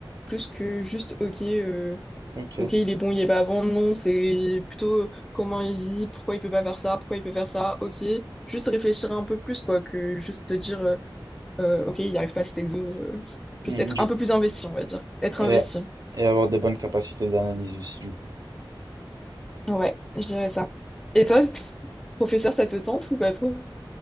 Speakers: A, in the centre; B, on the right.
A: plus que juste, ok, euh,
B: Ok.
A: ok, il est bon, il est pas bon. Non, c'est plutôt euh, comment il vit, pourquoi il peut pas faire ça, pourquoi il peut faire ça, ok. Juste réfléchir un peu plus, quoi, que juste te dire. euh, euh, ok, il n'y arrive pas à cet exo. euh, juste
B: Mm,
A: être
B: Du,
A: un peu plus investi, on va dire. Être
B: et,
A: investi.
B: et avoir des bonnes capacités d'analyse aussi, du coup.
A: Ouais, je dirais ça. Et toi, professeur, ça te tente ou pas trop?